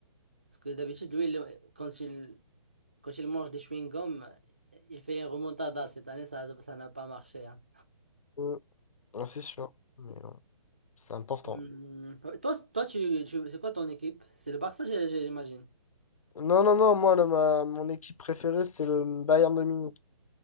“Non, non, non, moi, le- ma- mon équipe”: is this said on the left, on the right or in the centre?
Left